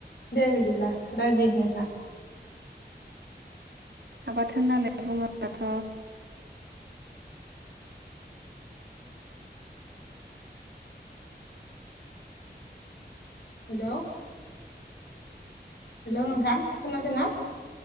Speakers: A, on the left; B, on the right.
A: दे बिदिब्ला राजि नोंथां।
B: आबाद होननानै बुङोबाथ'
A: हेलौ हेलौ नोंथां खोनादों ना